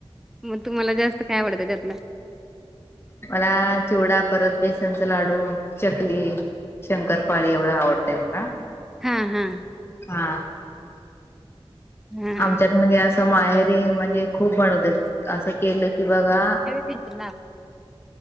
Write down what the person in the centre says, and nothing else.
मग तुम्हाला जास्त काय आवडतं त्यातला
हा हां
हां.
पिचणार